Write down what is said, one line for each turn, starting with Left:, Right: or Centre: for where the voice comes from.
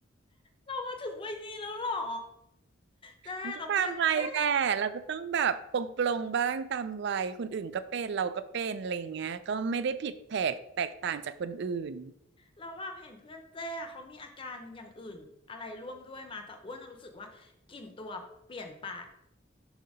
Left: เรามาถึงวัยนี้แล้วเหรอเจ้เราเพื่อนเจ้
Right: มันก็ตามวัยแหละเราก็ต้องแบบปลงปลงบ้างตามวัยคนอื่นก็เป็นเราก็เป็นอะไรอย่างเงี้ยก็ไม่ได้ผิดแผกแตกต่างจากคนอื่น
Left: เราแบบเห็นเพื่อนเจ้เขามีอาการอย่างอื่นอะไรร่วมด้วยมาแต่อ้วนน่ะรู้สึกว่ากลิ่นตัวเปลี่ยนไป